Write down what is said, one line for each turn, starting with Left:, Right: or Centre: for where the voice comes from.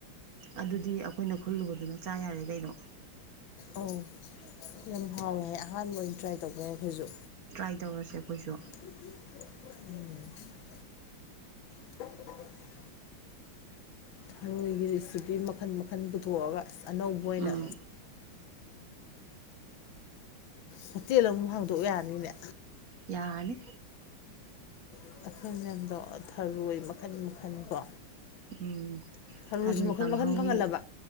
Right: ꯑꯗꯨꯗꯤ ꯑꯈꯣꯏꯅ ꯈꯨꯜꯂꯨꯕꯗꯨꯅ ꯆꯥ ꯌꯥꯔꯦ ꯀꯩꯅꯣ
Left: ꯑꯧ ꯌꯥꯝ ꯍꯥꯎꯋꯦ ꯍꯥꯏ ꯑꯍꯥꯟꯕ ꯑꯣꯏꯅ ꯇ꯭ꯔꯥꯏ ꯇꯧꯕ ꯌꯥꯏ ꯑꯈꯣꯏꯖꯨ
Right: ꯇ꯭ꯔꯥꯏ ꯇꯧꯔꯁꯦ ꯑꯩꯈꯣꯏꯁꯨ
Left: <unintelligible> <inaudible> ꯊꯔꯣꯏꯒꯤ ꯔꯤꯁꯤꯄꯤ ꯃꯈꯟ ꯃꯈꯟ ꯄꯨꯊꯣꯛꯑꯒ ꯑꯁ‌ ꯑꯅꯧꯕ ꯑꯣꯏꯅ
Right: ꯎꯝ
Left: ꯍꯣꯇꯦꯜ ꯑꯃꯨꯛ ꯍꯥꯡꯗꯣꯛ ꯌꯥꯅꯤꯅꯦ
Right: ꯌꯥꯔꯅꯤ
Left: ꯑꯩꯈꯣꯏ ꯃꯌꯥꯝꯗꯣ ꯊꯔꯣꯏ ꯃꯈꯟ ꯃꯈꯜ ꯀꯣ
Right: <inaudible> ꯎꯝ
Left: ꯊꯔꯣꯖꯨ
Right: ꯊꯔꯣꯏ
Left: ꯃꯈꯟ
Right: ꯀꯥꯡꯍꯧ
Left: ꯃꯈꯟ ꯐꯪꯍꯜꯂꯕ